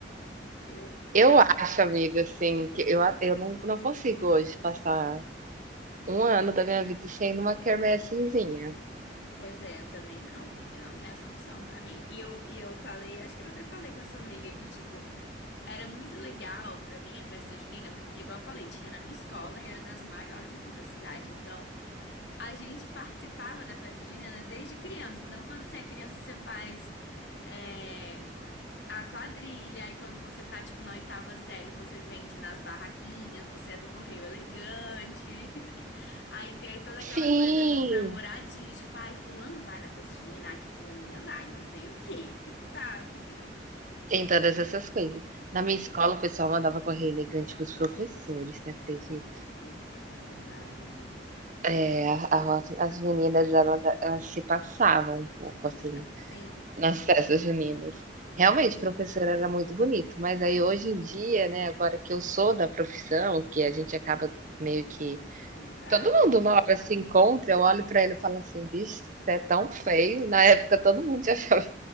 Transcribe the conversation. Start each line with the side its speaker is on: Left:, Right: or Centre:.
Left: Eu, eu,
Right: eu acho, amiga, assim, que eu a eu não não consigo hoje passar um ano da minha vida sem ir em uma quermessezinha.
Left: pois é, eu também não, amiga, não tem essa opção pra mim. E eu, e eu falei, acho que eu até falei com a sua amiga que, tipo, era muito legal pra mim a festa junina, porque, igual eu falei, tinha na minha escola e era das maiores aqui da cidade. Então, A gente participava da festa junina desde criança. Então, quando você é criança, você faz é, a quadrilha. E quando você tá, tipo, na oitava série, você vende nas barraquinhas, você é do Correio Elegante. <laughs> Aí tem aí toda aquela
Right: Sim,
Left: coisa dos namoradinhos, tipo, ai, fulano vai na festa junina, ai, que fulaninha vai, não sei o quê, <laughs> sabe?
Right: tem todas essas coisas. Na minha escola o pessoal mandava correr elegante com os professores, você acredita?
Left: Eita, povo danado, amiga.
Right: É, a a as as meninas elas elas se passavam um pouco, assim,
Left: Sim,
Right: nas festas juninas. Realmente, professor era muito bonito, mas aí hoje em dia, né, agora que eu sou da profissão, que a gente acaba meio que
Left: não dá,
Right: todo
Left: né?
Right: mundo uma hora se encontra, eu olho pra ele e falo assim: "Bicho, você é tão feio", na época todo mundo te <laughs> achava